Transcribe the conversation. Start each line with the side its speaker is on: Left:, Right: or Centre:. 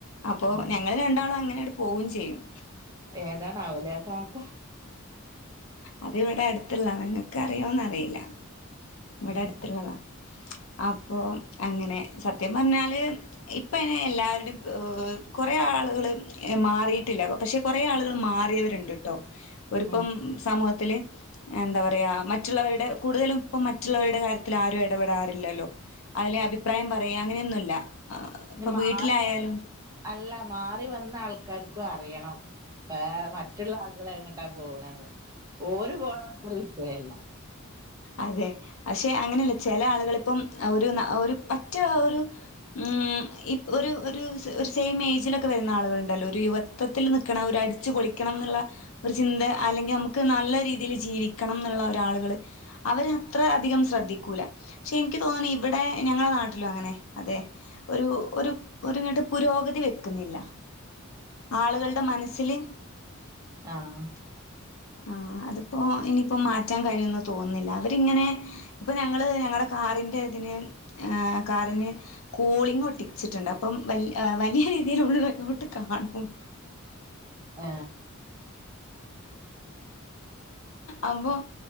Left: അപ്പൊ
Right: ആഹ്
Left: ഞങ്ങള് രണ്ടാളും അങ്ങനെ അടു പോവും ചെയ്യും
Right: ഏതാണ് അവൊല്ലേ ആ താത്ത
Left: അത് ഇവിടെ അടുത്തുള്ള നിങ്ങക്ക് അറിയോന്ന് അറിയില്ല ഇവിടെ
Right: ഉം
Left: അടുത്തുള്ളതാ അപ്പോ അങ്ങനെ സത്യം പറഞ്ഞാല് ഇപ്പ അയ്ന് എല്ലാവരുടേം ഏഹ് കൊറെ ആളുകള് മാറിട്ടില്ല പക്ഷെ കുറെ ആളുകള് മാറിയവരുണ്ട് ട്ടോ ഓരിപ്പം
Right: ഉം
Left: സമൂഹത്തില് എന്താ പറയാ മറ്റുള്ളവരുടെ കൂടുതലും ഇപ്പം മ റ്റുള്ളവരുടെ കാര്യത്തിൽ ആരും എടപെടാറില്ലല്ലോ അയിലെ അഭിപ്രായം പറയാ അങ്ങനെയൊന്നുല്ല ഇപ്പൊ
Right: മാറി
Left: വീട്ടിലായാലും
Right: <unintelligible> അല്ല മാറി വന്ന ആൾ <unintelligible> അറിയണം വേ മറ്റുള്ള ആളുകളെ എങ്ങ എ പോണത് ഓര് പോണ <unintelligible> വിഷയല്ല
Left: അതെ പക്ഷെ അങ്ങനെല്ല ചെല ആളുകള്പ്പം ഒരു ഒരു പറ്റ ഒരു ഉം ഒരു ഒരു ഒരു സെയിം ഏയ്ജിലൊക്കെ വരുന്ന ആള്കൾ ണ്ടല്ലോ ഒരു യുവത്വത്തിൽ നിക്കണ ഒ രു അടിച്ചു പൊളിക്കണം ന്ന്ള്ള ഒരു ചിന്ത അല്ലെങ്കിൽ നമുക്ക് നല്ല രീതിൽ ജീവിക്കണം ന്ന്ള്ള ഒരാളുകള് അവരത്ര അധികം ശ്രദ്ധിക്കൂല ക്ഷേ ഇൻക്ക് തോന്നണ ഇവിടെ ഞങ്ങളെ നാട്ടിലും അങ്ങനെ അതെ ഒരു ഒരു ഒര്ങ്ങട്ട് പുരോഗതി വെക്കുന്നില്ല ആളുകൾടെ മനസ്സില്
Right: ആഹ്
Left: ആ അത്പ്പോ ഇനിയിപ്പം മാറ്റാൻ കഴിയുന്ന് തോന്നി ല്ല അവരിങ്ങനെ ഇപ്പം ഞങ്ങള് ഞങ്ങടെ കാറിന്റെ ഇതിന് ആ കാറിന് കൂളിങ് ഒട്ടിച്ചിട്ടുണ്ട് അപ്പം വൽ വലിയ രീതിലുള്ളലോട്ട് കാണു
Right: ആ
Left: അപ്പൊ